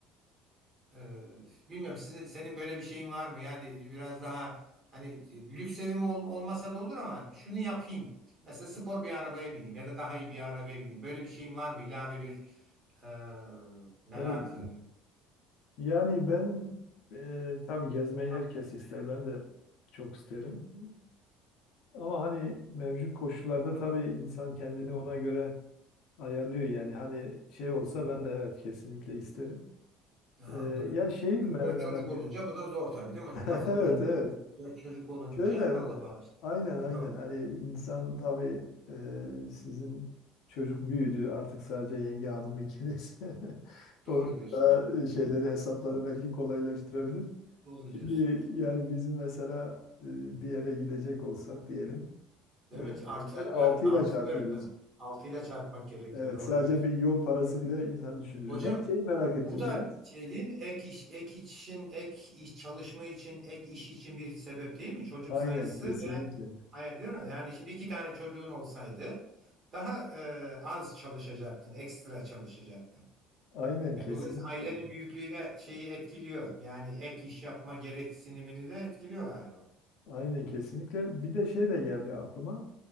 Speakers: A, on the right (about 20°); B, on the left (about 55°).
A: Ee, bilmiyorum sizin, senin böyle bir şeyin var mı? Yani biraz daha hani e, lüks evim ol- olmasa da olur ama şunu yapayım. Mesela spor bir arabaya bineyim ya da daha iyi bir arabaya bineyim. Böyle bir şeyin var mı? İlave bir e, merakın.
B: Evet. Yani ben e, tabii gezmeyi
A: Tabii
B: herkes
A: gezmeyi
B: ister.
A: herkes.
B: Ben de çok isterim. E, ama hani mevcut koşullarda tabii insan kendini ona göre ayarlıyor yani. Hani şey olsa ben de evet kesinlikle isterim.
A: Aha,
B: E,
A: anladım.
B: ya şey
A: Tabii
B: mer
A: dört
B: merak.
A: çocuk olunca bu da zor tabii değil mi hocam?
B: <laughs>
A: Lafını
B: Evet
A: böldüm
B: evet.
A: mü? Dört çocuk olunca
B: Şöyle e,
A: Allah bağışlasın.
B: aynen
A: Ne
B: aynen.
A: doğru.
B: Hani
A: diyor.
B: insan tabii e, sizin çocuk büyüdü. Artık sadece yenge hanım ikiniz. <laughs>
A: Doğru
B: O
A: diyorsunuz.
B: daha e, şeyleri
A: Tamam.
B: hesapları
A: Doğru.
B: belki kolaylaştırabilir.
A: Doğru
B: Şimdi
A: diyorsun.
B: yani bizim mesela e, bir yere gidecek olsak diyelim
A: Değil
B: e,
A: mi? Artı,
B: yani 6
A: dö artı
B: ile çarpıyoruz.
A: dörtten. Altıyla çarpmak gerekiyor.
B: Evet
A: Doğru
B: sadece
A: diyorsun.
B: bir yol parası bile insan düşündürüyor.
A: Hocam
B: Ben şeyi merak ettim
A: bu da
B: biraz.
A: şey değil mi? Ek iş, ek için, ek iş çalışma için, ek iş için bir sebep değil mi? Çocuk
B: Aynen
A: sayısı
B: kesinlikle.
A: ve hayır değil mi? Yani şimdi iki tane çocuğun olsaydı daha e, az çalışacaktın, ekstra çalışacaktın.
B: Aynen
A: Yani
B: kesinlikle.
A: dolayısıyla ailenin büyüklüğü de şeyi etkiliyor. Yani ek iş yapma gereksinimini de etkiliyor galiba.
B: Aynen kesinlikle. Bir de şey de geldi aklıma.